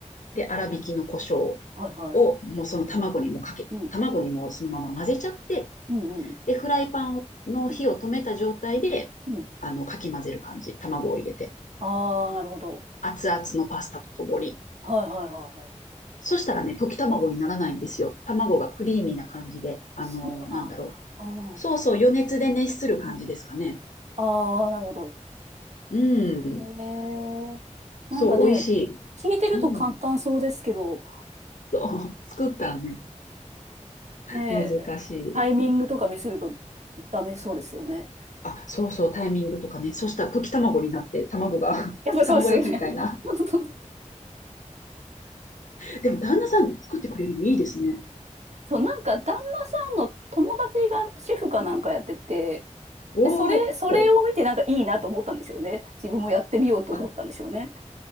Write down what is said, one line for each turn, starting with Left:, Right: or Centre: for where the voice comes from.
Left: で、粗挽きの胡椒
Right: はいはい。
Left: をもうその卵にもかけ、
Right: うん。
Left: 卵にもそのまま混ぜちゃって、
Right: うんうん。
Left: で、フライパンをの火を止めた状態で、
Right: うん。うん
Left: あの、かき混ぜる感じ。卵を入れて。
Right: ああ、なるほど。
Left: 熱々のパスタとともに。
Right: はいはいはいは
Left: そしたらね、溶き卵にならないんですよ。
Right: い。うん、
Left: 卵がクリーミーな感じで、あのーなんだろう。
Right: そうなんだ。あー
Left: そうそう、余熱で熱する感じですかね。
Right: うん、ああなるほど。
Left: うん。
Right: へえ。なんかね、
Left: そう、美味しい。
Right: 聞いてると簡単そうですけど、
Left: うん。そう。作ったらね、
Right: <laughs> ねえ、
Left: 難しい。
Right: タイミングとかミスるとダメそうですよね。
Left: あ、そうそう、タイミングとかね。そしたら溶き卵になって、
Right: うん
Left: 卵が、
Right: やっぱそうですよね。
Left: <laughs> 卵焼きみたいな。
Right: <laughs>
Left: でも、旦那さん作ってくれるのいいですね。
Right: そう、なんか旦那さんの友達が主婦かなんかやってて、
Left: おお。
Right: で、それ、それを見てなんかいいなと思ったんでしょうね。自分もやってみようと思ったんでしょうね。
Left: あ、